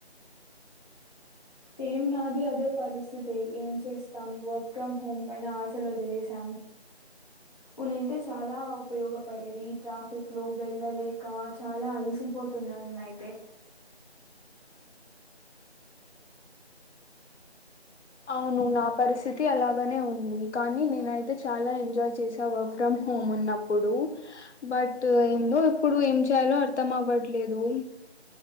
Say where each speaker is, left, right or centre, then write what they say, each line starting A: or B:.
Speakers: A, on the left (about 40°); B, on the left (about 85°).
A: సేమ్ నాది అదే పరిస్థితి అయితే ఏం చేస్తాం వర్క్ ఫ్రమ్ హోమ్ పైన ఆశలు వదిలేశాం ఉనింటే చాలా ఉపయోగపడేది ట్రాఫిక్ లో వెళ్ళలేక చాలా అలసిపోతున్నా అయితే
B: అవును నా పరిస్థితి అలాగనే ఉంది కానీ నేనయితే చాలా ఎంజాయ్ చేసా వర్క్ ఫ్రమ్ హోమ్ ఉన్నప్పుడు బట్ ఏందో ఇప్పుడు ఏం చేయాలో అర్థం అవ్వట్లేదు